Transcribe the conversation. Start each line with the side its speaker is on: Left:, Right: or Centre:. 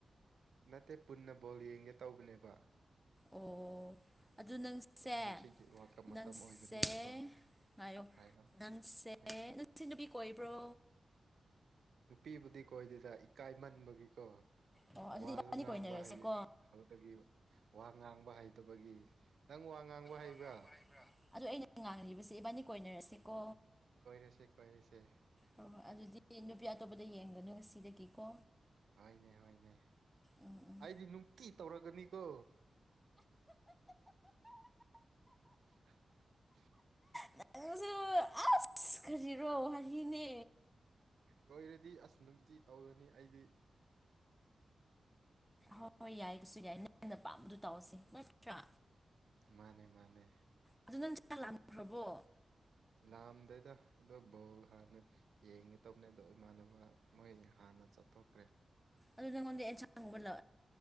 Right: ꯅꯠꯇꯦ ꯄꯨꯟꯅ ꯕꯣꯜ ꯌꯦꯡꯒꯦ ꯇꯧꯕꯅꯦꯕ
Centre: ꯑꯣ ꯑꯗꯨ ꯅꯪꯁꯦ
Right: ꯍꯧꯖꯤꯛꯇꯤ ꯋꯥꯔꯜ ꯀꯞ
Centre: ꯅꯪꯁꯦ
Right: ꯃꯇꯝ ꯑꯣꯏꯕꯅꯤꯅꯀꯣ
Centre: ꯉꯥꯏꯌꯣ
Right: ꯍꯥꯏꯔꯣ
Centre: ꯅꯪꯁꯦ
Right: ꯑꯩ
Centre: ꯅꯪꯁꯤ ꯅꯨꯄꯤ ꯀꯣꯏꯕ꯭ꯔꯣ
Right: ꯅꯨꯄꯤꯕꯨꯗꯤ ꯀꯣꯏꯗꯦꯗ ꯏꯀꯥꯏꯃꯟꯕꯒꯤ ꯀꯣ
Centre: ꯑꯣ ꯑꯗꯨꯗꯤ
Right: ꯋꯥꯁꯨ
Centre: ꯏꯕꯥꯅꯤ
Right: ꯉꯥꯡꯕ
Centre: ꯀꯣꯏꯅꯔꯁꯦꯀꯣ
Right: ꯍꯩꯌꯦ ꯍꯧꯗꯒꯤꯕ ꯋꯥ ꯉꯥꯡꯕ ꯍꯩꯇꯕꯒꯤ ꯅꯪ ꯋꯥ ꯉꯥꯡꯕ ꯍꯩꯕ꯭ꯔꯥ
Centre: ꯋꯥ ꯉꯥꯡꯕ ꯍꯩꯕ꯭ꯔꯥ ꯑꯗꯣ ꯑꯩꯅ ꯉꯥꯡꯂꯤꯕꯁꯦ ꯏꯕꯥꯅꯤ ꯀꯣꯏꯅꯔꯁꯤꯀꯣ
Right: ꯀꯣꯏꯔꯁꯦ ꯀꯣꯏꯔꯁꯦ
Centre: ꯍꯣꯏ ꯍꯣꯏ ꯑꯗꯨꯗꯤ ꯅꯨꯄꯤ ꯑꯇꯣꯞꯄꯗ ꯌꯦꯡꯒꯅꯨ ꯉꯁꯤꯗꯒꯤꯀꯣ
Right: ꯍꯣꯏꯅꯦ ꯍꯣꯏꯅꯦ
Centre: ꯎꯝ ꯎꯝ
Right: ꯑꯩꯗꯤ ꯅꯨꯡꯇꯤ ꯇꯧꯔꯒꯅꯤꯀꯣ ꯑꯍ
Centre: ꯅꯪꯉꯁꯨ ꯑꯁ ꯀꯔꯤꯔꯣ ꯍꯥꯏꯕꯅꯤꯅꯦ
Right: ꯀꯣꯏꯔꯗꯤ ꯑꯁ ꯅꯨꯡꯇꯤ ꯇꯧꯔꯅꯤ ꯑꯩꯗꯤ
Centre: ꯍꯣꯏ ꯍꯣꯏ ꯌꯥꯏ ꯗꯨꯁꯨ ꯌꯥꯏ ꯅꯪꯅ ꯄꯥꯝꯕꯗꯨ ꯇꯧꯔꯁꯤ ꯅꯠꯇ꯭ꯔꯥ
Right: ꯃꯥꯅꯦ ꯃꯥꯅꯦ
Centre: ꯑꯗꯨ ꯅꯪ ꯆꯥꯛ ꯂꯥꯝꯈ꯭ꯔꯕꯣ
Right: ꯂꯥꯝꯗꯦꯗ ꯑꯗꯨ ꯕꯣꯜ ꯍꯥꯟꯅ ꯌꯦꯡꯒꯦ ꯇꯧꯕꯅꯦ ꯑꯗꯣ ꯃꯣꯏ ꯏꯃꯥꯟꯅꯕ ꯃꯣꯏ ꯍꯥꯟꯅ ꯆꯠꯊꯣꯛꯈ꯭ꯔꯦ
Centre: ꯑꯗꯨ ꯅꯪꯉꯣꯟꯗ ꯑꯦꯟꯁꯥꯡꯒꯨꯝꯕ ꯂ